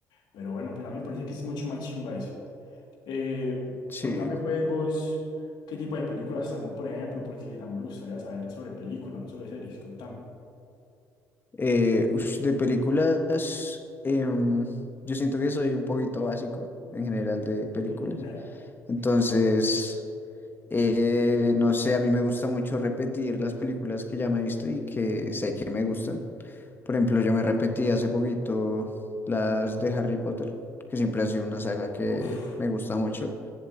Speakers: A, on the left; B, on the left.
A: Pero bueno, pues a mí me parece que es mucho más chimba eso. Eh,
B: sí.
A: contame pues vos qué tipo de películas también, por ejemplo, porque también me gustaría saber sobre películas, no sobre series, contame.
B: Eh, ush, de películas, em, yo siento que soy un poquito básico en general de películas.
A: <laughs>
B: Entonces, eh, no sé, a mí me gusta mucho repetir las películas que ya me he visto y que sé que me gustan. Por ejemplo, yo me repetí hace poquito las de Harry Potter, que siempre ha sido una saga que
A: Uf,
B: me gusta mucho.